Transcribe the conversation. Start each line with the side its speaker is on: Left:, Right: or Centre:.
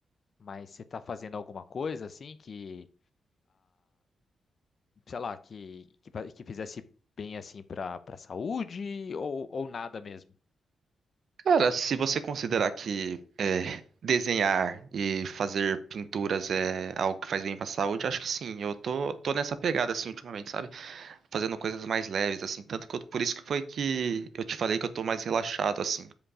Left: Mas você está fazendo alguma coisa assim que sei lá, que, que, pa- que fizesse bem assim para para saúde ou, ou nada mesmo.
Right: Cara, se você considerar que é, desenhar e fazer pinturas é algo que faz bem pra saúde, acho que sim. Eu tô, tô nessa pegada assim ultimamente, sabe? Fazendo coisas mais leves, assim. Tanto que eu- por isso que foi que eu te falei que eu tô mais relaxado, assim.